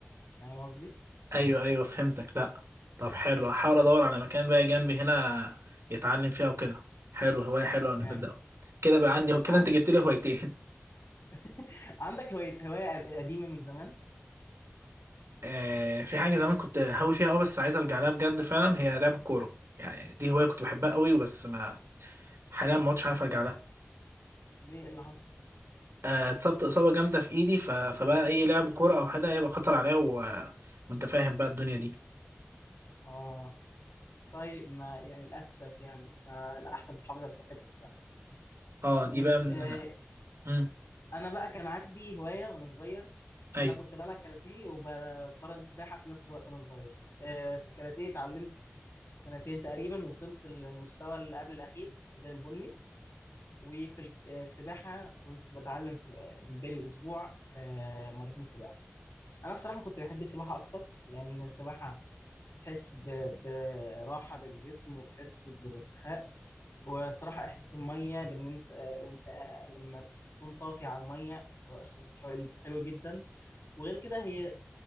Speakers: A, on the left (about 85°); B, on the right (about 80°).
A: فاهم قصدي؟
B: ايوه ايوه فهمتك لا طب حلو هحاول ادور على مكان بقى جنبي هنا يتعلم فيها وكده حلو هوايه حلوه
A: طب
B: ان
A: يعني
B: تبدا كده بقى عندي كده
A: عن-
B: انت جبت لي هوايتين <laughs>
A: <laughs> عندك هواية هواية قديمة من زمان
B: آه في حاجه زمان كنت هاوي فيها قوي بس عايز ارجع لها بجد فعلا هي لعب كوره يعني دي هوايه كنت بحبها قوي وبس ما حاليا ما عدتش عارف ارجع لها
A: ليه إيه اللي حصل؟
B: آه، اتصبت اصابه جامده في ايدي ف... فبقى اي لعب كوره او حاجه هيبقى خطر عليا و... وانت فاهم بقى الدنيا دي
A: اه طيب ما يعني للأسف يعني فالأحسن تحافظ على صحتك يعني
B: اه
A: م-
B: دي بقى من...
A: آه،
B: مم.
A: انا بقى كان عندي هوايه وانا صغير
B: ايوه
A: انا كنت بلعب كاراتيه وبتمرن سباحه في نفس الوقت وانا صغير آه، في الكاراتيه اتعلمت سنتين تقريبا وصلت للمستوى اللي قبل الاخير الحزام البني وفي السباحه كنت بتعلم في بين الاسبوع آه، مرتين سباحه انا الصراحه كنت بحب السباحه اكتر لان السباحه تحس ب- براحه للجسم وتحس بالارتخاء وصراحة إحساس المية بإن أنت وأنت لما تكون طافي على المية هو إحساس حلو حلو جدا وغير كده هي